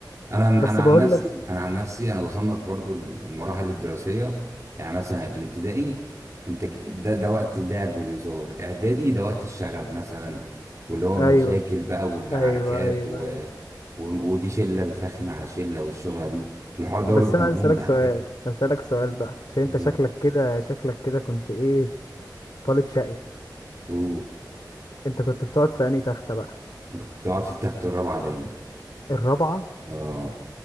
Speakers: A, on the right (about 45°); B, on the left (about 70°).
A: انا انا
B: بس
A: عن
B: بقول
A: نفسي
B: لك
A: انا عن نفسي انا بصنف برضو المراحل الدراسيه يعني مثلا الابتدائي انت ك- ده ده وقت اللعب والهزار اعدادي ده وقت الشغب مثلا واللي هو المشاكل
B: ايوه
A: بقى والعركات
B: ايوه ايوه
A: و...
B: ايوه
A: و... ودي شله بترخم على شله والشغله دي الحوار ده
B: بس
A: برضه كان
B: انا عايز
A: ممتع
B: اسالك سؤال
A: على فكره
B: اسالك سؤال بقى عشان
A: و...
B: انت شكلك كده شكلك كده كنت ايه طالب شقي
A: و...
B: انت كنت بتقعد في انهي تخته بقى
A: كنت بقعد في التخت الرابعه دايما
B: الرابعه
A: اه